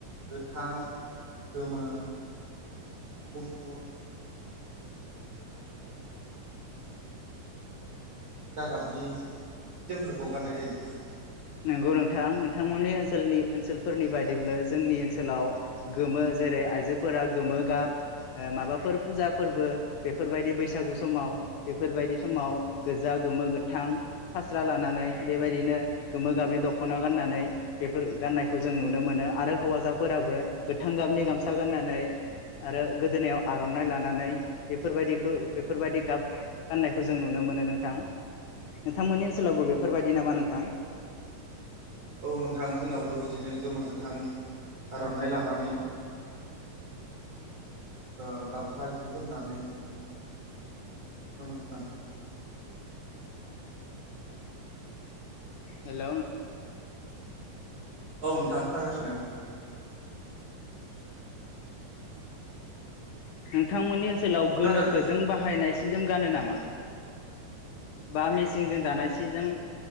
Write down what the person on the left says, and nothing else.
नंगौ नोंथां नोंथांमोननि ओनसोलनि ओनसोलफोरनि बायदिब्ला जोंनि ओनसोलाव गोमो जेरै आइजोफोरा गोमो गाब माबाफोर फुजा फोरबो बेफोरबायदि बैसागु समाव बेफोरबायदि समाव गोजा गोमो गोथां फास्रा लानानै बेबायदिनो गोमो गाबनि दख'ना गाननानै बेफोर गाननायखौ जों नुनो मोनो आरो हौवासाफोराबो गोथां गाबनि गामसा गाननानै आरो गोदोनायाव आर'नाइ लानानै बेफोरबायदिखौ बेफोरबायदि गाब गाननायखौ जों नुनो मोनो नोंथां। नोंथांमोननि ओनसोलावबो बेफोरबायदि नामा नोंथां?
हेल'
नोंथांमोननि ओनसोलाव गोनोखोजों
बाहायनाय सि जों गानो नामा बा मेचनजों दानाय सिजों